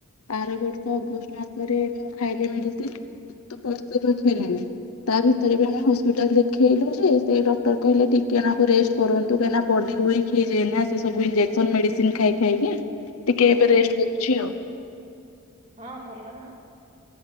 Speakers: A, on the left (about 75°); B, on the right (about 30°).
A: ବାର ବର୍ଷ ଅଗଷ୍ଟ ମାସରେ ମୁଁ ଖାଇଲି ମେଡିସିନ। <inaudible> ତା ଭିତରେ ବି ଆମେ ହସ୍ପିଟାଲ ଦେଖେଇଲୁ ଯେ ସେ ଡକ୍ଟର କହିଲେ ଟିକେ ନକୁ ରେଷ୍ଟ କରନ୍ତୁ କାହିଁକନା ବଡି ୱିକ ହେଇଯାଏ ନା ସେ ସବୁ ଇଞଜେସନ ମେସିନ ଖାଇ ଖାଇକି। ଟିକେ
B: ହୁଁ
A: ଏବେ ରେଷ୍ଟ୍ କରଛି ଆଉ
B: ହଁ ଭଲ ନା।